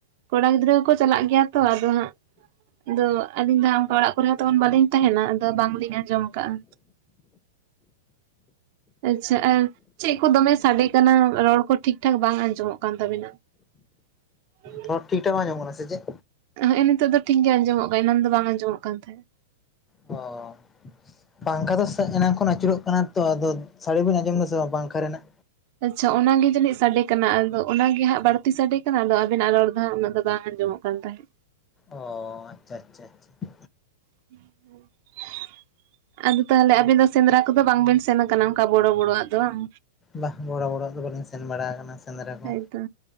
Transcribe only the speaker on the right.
ᱠᱚᱲᱟ ᱜᱤᱫᱽᱨᱟᱹ ᱠᱚ ᱪᱟᱞᱟᱜ ᱜᱮᱭᱟ ᱛᱚ ᱟᱫᱚ ᱦᱟᱸᱜ ᱟᱫᱚ ᱟᱹᱞᱤᱧ ᱫᱚ ᱦᱟᱸᱜ ᱚᱱᱠᱟ ᱚᱲᱟᱜ ᱠᱚᱨᱮ ᱦᱚᱸ ᱛᱮᱢᱚᱱ ᱵᱟᱹᱞᱤᱧ ᱛᱟᱦᱮᱱᱟ ᱟᱫᱚ ᱵᱟᱝᱞᱤᱧ ᱟᱸᱡᱚᱢ ᱟᱠᱟᱫᱼᱟ᱾ ᱟᱪᱪᱷᱟ ᱟᱨ ᱪᱮᱫ ᱠᱚ ᱫᱚᱢᱮ ᱥᱟᱰᱮ ᱠᱟᱱᱟ ᱨᱚᱲ ᱠᱚ ᱴᱷᱤᱠ ᱴᱷᱟᱠ ᱵᱟᱝ ᱟᱸᱡᱚᱢᱚᱜ ᱠᱟᱱ ᱛᱟᱵᱤᱱᱟ <inaudible>
ᱦᱮᱸ ᱱᱤᱛᱚᱜ ᱫᱚ ᱴᱷᱤᱜ ᱜᱮ ᱟᱸᱡᱚᱢᱚᱜ ᱠᱟᱱᱟ ᱮᱱᱟᱱ ᱫᱚ ᱵᱟᱝ ᱟᱸᱡᱚᱢᱚᱜ ᱠᱟᱱ ᱛᱟᱦᱮᱸᱫ
ᱟᱪᱷᱟ ᱚᱱᱟᱜᱮ ᱡᱟᱹᱱᱤᱡ ᱥᱟᱰᱮ ᱠᱟᱱᱟ ᱟᱫᱚ ᱚᱱᱟᱜᱮ ᱦᱟᱸᱜ ᱵᱟᱹᱲᱛᱤ ᱥᱟᱰᱮ ᱠᱟᱱᱟ ᱟᱫᱚ ᱟᱵᱤᱱᱟᱜ ᱨᱚᱲ ᱫᱚ ᱦᱟᱸᱜ ᱩᱱᱟᱹᱜ ᱫᱚ ᱵᱟᱝ ᱟᱸᱡᱚᱢᱚᱜ ᱠᱟᱱ ᱛᱟᱦᱮᱜ
<inaudible> ᱟᱫᱚ ᱛᱟᱦᱚᱞᱮ ᱟᱵᱤᱱ ᱫᱚ ᱥᱮᱸᱫᱽᱨᱟ ᱠᱚᱫᱚ ᱵᱟᱝᱵᱤᱱ ᱥᱮᱱ ᱟᱠᱟᱱᱟ ᱚᱱᱠᱟ ᱵᱚᱲᱚ ᱵᱚᱲᱚᱣᱟᱜ ᱫᱚ ᱵᱟᱝ
ᱦᱳᱭᱛᱚ